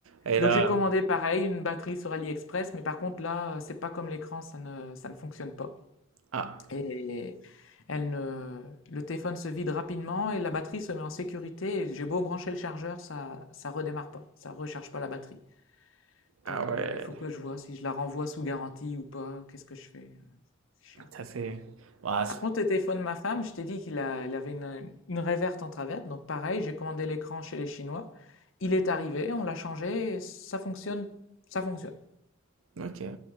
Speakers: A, on the right; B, on the left.
A: Et
B: Donc,
A: là,
B: j'ai commandé pareil, une batterie sur AliExpress. Mais par contre, là, c'est pas comme l'écran, ça ne, ça ne fonctionne pas.
A: ah,
B: Et elle ne- le téléphone se vide rapidement et la batterie se met en sécurité. Et J'ai beau brancher le chargeur, ça, ça redémarre pas, ça recharge pas la batterie.
A: ah
B: Donc
A: ouais.
B: euh, il faut que je vois si je la renvoie sous garantie ou pas. Qu'est-ce que je fais? C'est chiant.
A: Ça, c'est bah, c-
B: Par contre, le téléphone de ma femme, je t'ai dit qu'il a- il avait une, une réverte en travers. Donc pareil, j'ai commandé l'écran chez les Chinois. Il est arrivé, on l'a changé, et ça fonctionne, ça fonctionne.
A: OK.